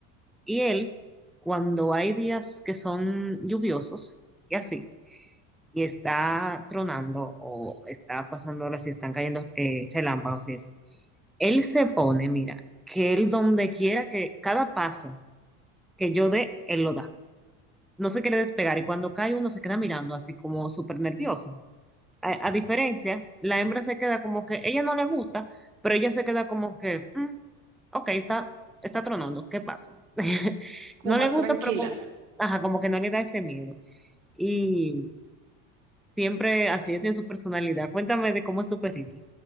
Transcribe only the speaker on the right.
Mm.
Sí.
Como
más
tranquila.